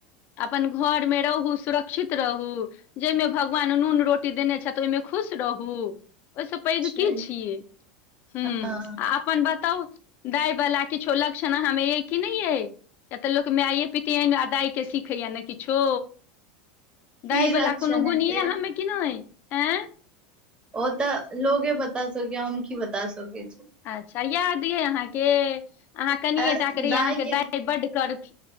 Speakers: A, on the left; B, on the right.
A: आँ अपन घर में रहू सुरक्षित रहू जाहिमे भगवान नून रोटी देने छथि ओहिमें खुश रह ओहिसँ पैघ
B: छै
A: क छियै ह
B: हँ
A: बताउ गाय वला किछो लक्षण हमे य कि नहि यइ या तऽ लोक माये पित दााय के सीखैया ने किछो
B: की
A: गाायवला
B: लक्षण
A: को
B: हेतै
A: गनिय हमे कि नहि एं
B: ओ तऽ लोगे बता सकै हम की बता सकै छी
A: अच्छा याद यऽ अहाँके अहाँ कनिएे
B: आ
A: टा करहि
B: दाय
A: अहाँके
B: के
A: दाइ बड्ड कर